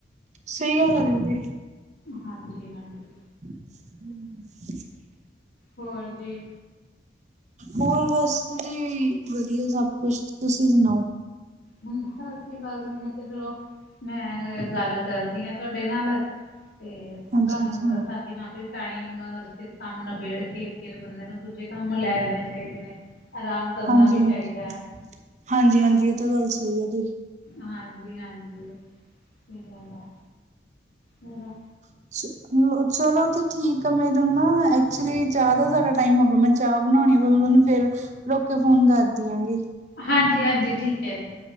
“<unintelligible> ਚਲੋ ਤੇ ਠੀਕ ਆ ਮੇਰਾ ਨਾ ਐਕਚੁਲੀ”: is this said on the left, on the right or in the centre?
Right